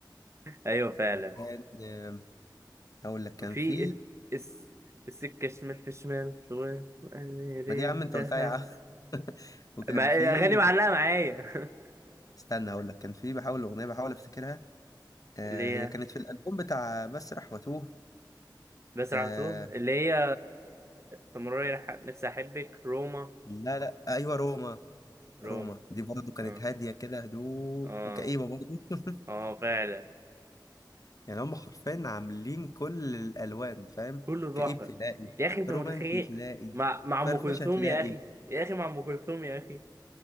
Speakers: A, on the right (about 35°); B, on the left (about 50°).
A: ايوه فعلا
B: وكان آم، هقول لك كان
A: في
B: في
A: اس اس- السكة شمال في شمال وقلبي
B: ما دي يا
A: انتهى
B: عم انت قلتها يا عم <laughs> وكان
A: ما
B: في
A: اغاني معلقه معايا <laughs>
B: استنى هقول لك كان في بحاول اغنية بحاول افتكرها آه
A: اللي
B: هي
A: هي
B: كانت في الألبوم بتاع مسرح وتوه
A: بس
B: آه
A: عطوه اللي هي تمرري نفسي احبك روما
B: لا لا أيوة روما
A: روما
B: روما دي برضه كانت
A: اه
B: هادية كده هدوء
A: اه
B: وكئيبة برضه
A: اه فعلا
B: يعني هم حرفيا عاملين كل الألوان فاهم
A: كله
B: كئيب
A: تحفه
B: تلاقي
A: يا اخي انت
B: رومانسي
A: متخيل
B: تلاقي
A: مع مع
B: فرفشة
A: ام كلثوم
B: تلاقي
A: يا اخي يا اخي مع ام كلثوم يا اخي